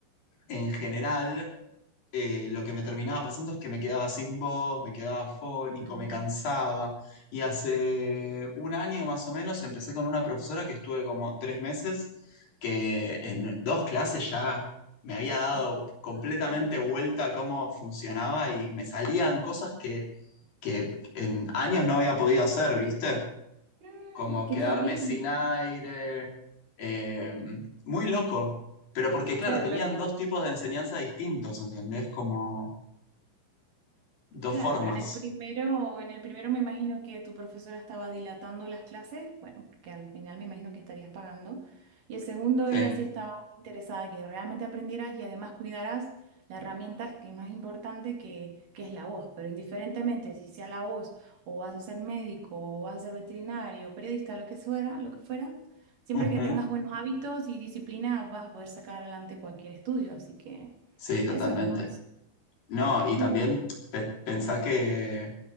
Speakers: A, on the left (about 50°); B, on the right (about 50°).
A: en general eh, lo que me terminaba pasando es que me quedaba sin voz, me quedaba fónico,
B: no,
A: me cansaba. Y hace un año más o menos empecé con una profesora que estuve como tres meses, que en dos clases ya me había dado
B: por
A: completamente
B: favor.
A: vuelta a cómo funcionaba y me salían cosas que, que en años no había podido hacer, ¿viste?
B: Mm,
A: Como
B: qué
A: quedarme
B: terrible.
A: sin aire, eh, muy loco. Pero porque, claro,
B: Claro,
A: tenían
B: lo que
A: dos tipos de enseñanza distintos, ¿entendés? Como Dos
B: Claro,
A: formas,
B: en el primero, en el primero me imagino que tu profesora estaba dilatando las clases, bueno, porque al final me imagino que estarías pagando. Y el segundo,
A: sí.
B: ella sí estaba interesada que realmente aprendieras y además cuidaras la herramienta que es más importante que, que es la voz. Pero indiferentemente si sea la voz o vas a ser médico o vas a ser veterinario, periodista, lo que fuera, lo que fuera, siempre
A: Ujú.
B: que tengas buenos hábitos y disciplina vas a poder sacar adelante cualquier estudio. Así que
A: Sí, totalmente.
B: eso nomás.
A: No, y
B: Bueno.
A: también pe- pensá que,